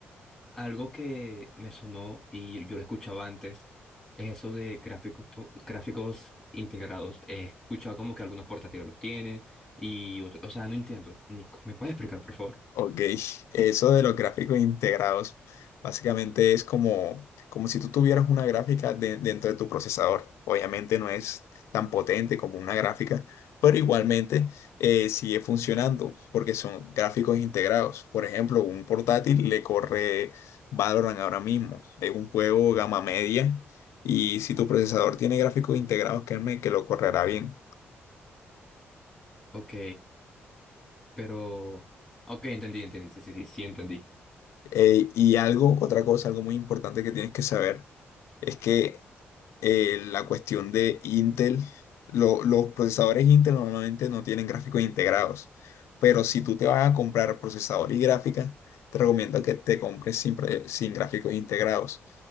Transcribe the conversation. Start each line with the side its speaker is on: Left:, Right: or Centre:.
Centre: Algo que me sonó y yo lo escuchaba antes es eso de gráficos, to- gráficos integrados. He escuchado como que algunos portátiles los tienen y otros, o sea, no entiendo. Mm, ¿Me puedes explicar, por favor?
Left: Ok, eso de los gráficos integrados, básicamente es como, como si tú tuvieras una gráfica de- dentro de tu procesador. Obviamente no es tan potente como una gráfica, pero igualmente eh, sigue funcionando porque son gráficos integrados. Por ejemplo, un portátil le corre Valorant ahora mismo, es un juego gama media y si tu procesador tiene gráficos integrados, créeme que lo correrá bien.
Centre: Ok, pero... Ok, entendí, entendí, sí, sí, sí, sí, entendí.
Left: Eh, y algo, otra cosa, algo muy importante que tienes que saber es que eh, la cuestión de Intel. lo- los procesadores Intel normalmente no tienen gráficos integrados, pero si tú te vas a comprar procesador y gráfica, te recomiendo que te compres sin, pre- sin gráficos integrados,